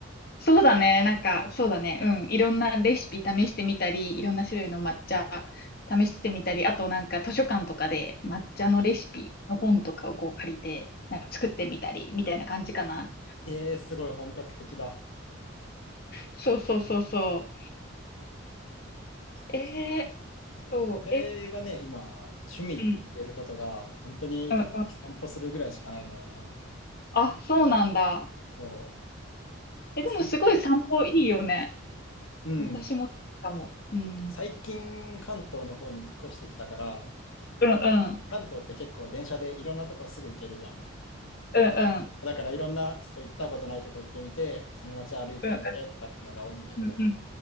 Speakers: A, on the left (about 45°); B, on the left (about 75°).
A: そうだね。なんか、そうだね。うん。いろんなレシピ試してみたり、いろんな種類の抹茶試してみたり、あとなんか図書館とかで抹茶のレシピの本とかをこう借りて、
B: うん。
A: なんか作ってみたり、みたいな感じかな。
B: えー、すごい本格的だ。
A: そうそうそうそ
B: そっか、
A: う。えー、
B: 確かに。そう、
A: そう、
B: 俺がね、
A: え、
B: 今、趣味って言えることが、
A: うん。
B: 本当に時々散歩するぐらいしかないのよね。
A: うん。あ、そうなんだ。
B: そう。
A: え、
B: まあ、
A: でもすごい散歩いいよね。
B: 散歩。うん。
A: 私もかも。うん。
B: 最近、関東の方に引っ越してきたから、
A: うんうん。
B: 関東って結構電車でいろんなとこすぐ行けるじゃん。
A: うんうん。
B: だからいろんな、ちょっと行ったことないとこ行ってみて、その街歩いてみてとかってのが多いんだけど、
A: うんうん。うんうん。